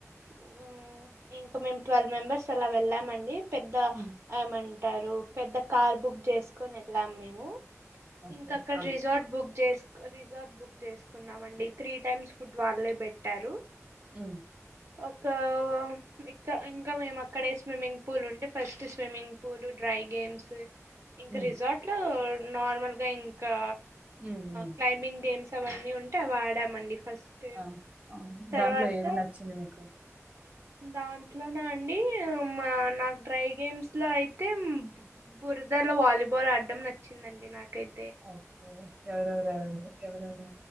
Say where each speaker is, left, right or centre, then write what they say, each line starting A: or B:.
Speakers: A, on the right; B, on the right.
A: ఉమ్ ఇంకా మేము ట్వెల్వ్ మెంబెర్స్ అలా వెళ్ళామండి. పెద్ద
B: ఉమ్,
A: ఏమంటారు పెద్ద కార్ బుక్ చేసుకుని వెళ్ళాం మేము.
B: ఓకే
A: ఇంక అక్కడ
B: ఆ,
A: రిజార్ట్ బుక్ చేస్. రిజార్ట్ బుక్ చేసుకున్నామండి త్రీ టైమ్స్ ఫుడ్ వాళ్ళే పెట్టారు.
B: ఉమ్.
A: ఒక ఇంకా ఇంకా మేము అక్కడ స్విమ్మింగ్ పూల్ ఉంటే first swimming. Pole dry games. ఇంకా
B: హ్మ్
A: రిజార్ట్ లో నార్మల్ గా ఇంకా
B: హ్మ్ హ్మ్
A: క్లైమ్బింగ్ గేమ్స్ అవన్నీ ఉ. ఉంటే వాడామండి ఫస్ట్
B: ఆ ఆ!
A: తర్వాత.
B: దాంట్లో ఏది నచ్చింది మీకు.
A: దాంట్లోన అండి మా నాకు డ్రై గేమ్స్ లో అయితే. బురదాలో వాలీబాల్ ఆడడం నచ్చిందండి నాకైతే.
B: ఓకే ఎవరెవరవరు ఎవరెవరు.